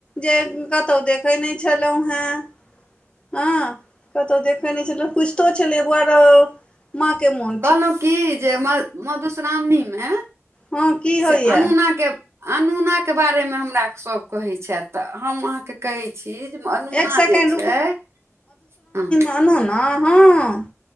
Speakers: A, on the left (about 20°); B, on the right (about 55°).
A: जे कतहु देखैय नहि छलहुँ हेँ। हँ कतहु देखै नहि छलौ, पुछितो छलै बोआरो माँ के मोन
B: कहलहुँ की, जे म मधुश्रावणी मे
A: हँ की
B: से
A: होइए
B: अनुना के अनुना के बारे मे हमरा सभ कहै छथि तऽ हम अहाँ के कहै छी अनुना
A: एक सेकेण्ड
B: जे छै, हँ
A: अनुना हँ